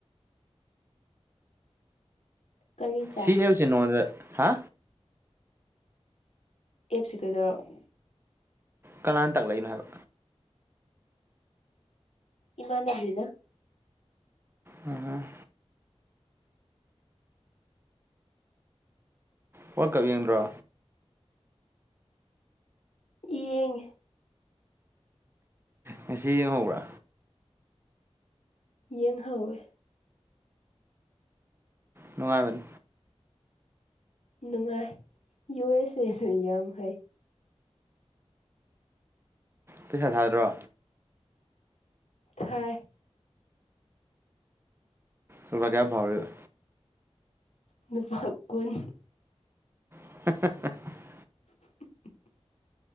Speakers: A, on the left; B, on the right.
A: ꯀꯔꯤ ꯆꯥꯏ
B: ꯁꯤ ꯑꯦꯁꯤ ꯅꯣꯗ ꯍꯥ
A: ꯑꯦꯞꯁꯤ ꯀꯩꯗꯧꯔꯛꯑꯣ
B: ꯀꯅꯥꯅ ꯇꯥꯛꯂꯛꯏꯅꯣ ꯍꯥꯏꯕ
A: ꯏꯃꯥꯕꯤꯅ
B: ꯎꯝ ꯍ ꯀꯕꯤ ꯌꯦꯡꯕ꯭ꯔꯣ
A: ꯏꯡ
B: ꯉꯁꯤ ꯌꯦꯡꯍꯧꯕ꯭ꯔꯥ
A: ꯌꯦꯡꯍꯧꯋꯦ
B: ꯅꯨꯡꯉꯒ
A: ꯅꯨꯡꯉꯥꯏ ꯌꯨ ꯑꯦꯁ ꯑꯦꯅ ꯌꯥꯝ ꯍꯩ
B: ꯄꯩꯁꯥ ꯊꯥꯗ꯭ꯔꯣ
A: ꯊꯥꯏ
B: ꯁꯕꯒꯌꯥꯚꯥꯎꯔ
A: ꯅꯨꯨꯄꯥ ꯀꯨꯟ
B: <unintelligible> <inaudible>
A: <unintelligible>